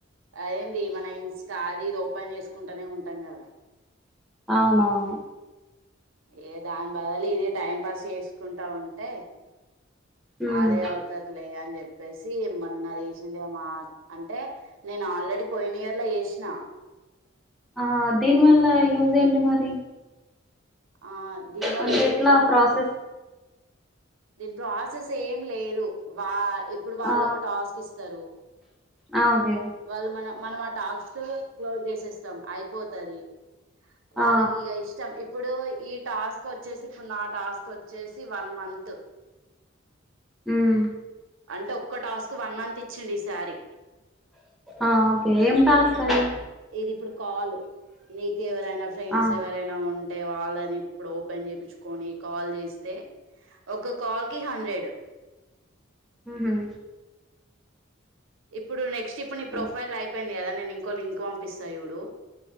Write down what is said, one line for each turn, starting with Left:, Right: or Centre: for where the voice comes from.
Right: అయింది మన ఇన్స్టా అది ఇది ఓపెన్ చేసుకుంటానే ఉంటాం కదా
Centre: అవును అవును
Right: ఏ దాని బదులి ఇది టైం పాస్ చేసుకుంటా ఉంటే.
Centre: ఉమ్
Right: అదే అవుతాది లే అని చెప్పి. చెప్పేసి మొన్న రీసెంట్ గా మా అంటే నేను ఆల్రెడీ పోయిన ఇయర్ లో చేసిన.
Centre: ఆ దీనివల్ల యూజ్ ఏంటి మరి.
Right: ఆ దీనివల్ల
Centre: అంటే
Right: యూజా.
Centre: ఎట్లా ప్రాసెస్
Right: దీని ప్రాసెస్ ఏం లేదు వా ఇప్పుడు వాళ్ళు
Centre: ఆ
Right: ఒక టాస్క్ ఇస్తారు.
Centre: ఆ ఓకే
Right: వాళ్ళు మన మనం ఆ టాక్స్ క్లోజ్ చేసేస్తాం అయిపోతాది. వాళ్ళకి
Centre: ఆ
Right: ఇగ ఇష్టం ఇప్ ఇప్పుడు ఈ టాస్క్ వచ్చేసి ఇప్పుడు నా టాస్క్ వచ్చేసి వన్ మంత్
Centre: హ్మ్
Right: అంటే ఒక్క టాస్క్ వన్ మంత్ ఇచ్చింది ఈ సారీ
Centre: ఆ ఓకే ఏం టాస్క్ అండి
Right: ఇది ఇప్పుడు కాల్ నీకు ఎవరైనా ఫ్రెండ్స్
Centre: ఆ
Right: ఎవరైనా ఉంటే అంటే వాళ్ళని ఇప్పుడు ఓపెన్ చేయించుకొని కాల్ చేస్తే ఒక కాల్ కి హండ్రెడ్
Centre: హ్మ్.
Right: ఇప్పుడు నె. నెస్ట్ ఇప్పుడు నీ ప్రొఫైల్
Centre: ఆ!
Right: అయింది కదా నే. ఇంకో లింక్ పంపిస్తా చూడు.